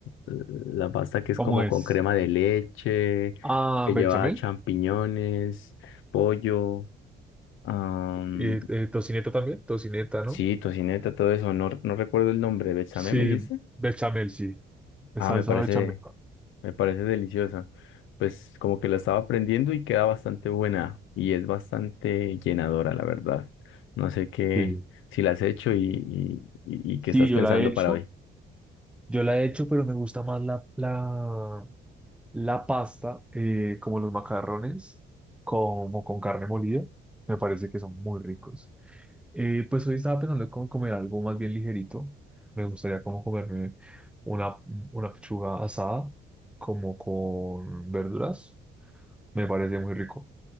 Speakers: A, on the left; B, in the centre.
A: La pasta que es
B: ¿Cómo
A: como
B: es?
A: con crema de leche,
B: Ah,
A: que lleva
B: bechamel.
A: champiñones, pollo, am,
B: Eh, eh, tocineta también, tocineta,
A: sí,
B: ¿no?
A: tocineta, todo eso. No, no recuerdo el nombre. ¿Bechamé
B: Sí,
A: me dijiste?
B: bechamel, sí. Es
A: Ah,
B: salsa
A: me parece,
B: bechamel.
A: me parece deliciosa. Pues como que la estaba aprendiendo y queda bastante buena y es bastante llenadora, la verdad. No sé qué,
B: Sí.
A: si la has hecho y, y, y y qué estás
B: Sí, yo
A: pensando
B: la he hecho.
A: para hoy.
B: Yo la he hecho, pero me gusta más la, la, la pasta, eh, como los macarrones, como con carne molida. Me parece que son muy ricos. Eh, pues hoy estaba pensando en cómo comer algo más bien ligerito. Me gustaría como comerme una, una pechuga asada, como con verduras. Me parece muy rico.